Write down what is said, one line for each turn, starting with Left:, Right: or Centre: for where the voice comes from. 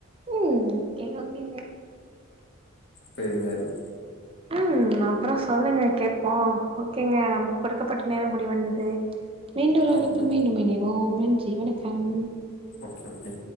Right: ம் ஓகேங்க ஓகேங்க
Left: பெர்மையா இருக்
Right: ம் அப்றோ சொல்லுங்க கேப்போ ஓகேங்க நமக்கு குடுக்கப்பட்ட நேரம் முடிவந்தது மீண்டோரு
Left: ஓ
Right: அழைப்பில் மீண்டும் இணைவோம் நன்றி வணக்கம்
Left: ஓகே ஓகே